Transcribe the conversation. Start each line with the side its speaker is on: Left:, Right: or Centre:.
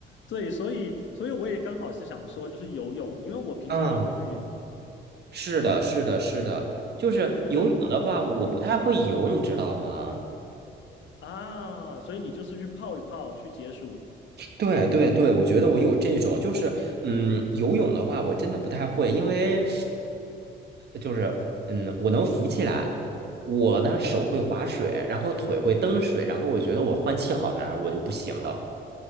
Left: 对，所以所以我也刚好是想说，就是游泳，因为我平常也会去游，
Right: 嗯，是的，是的，是的，就是游泳的话，
Left: 对，我对游泳，
Right: 我不太会游，
Left: 嗯
Right: 你知道吗？
Left: 啊，所以你就是去泡一泡，去解暑
Right: 对对对，我觉得我有这种，就是嗯，游泳的话，我真的不太会，因为就是嗯，我能浮起来，我呢手会划水，然后腿会蹬水，然后我觉得我换气好难，我就不行了。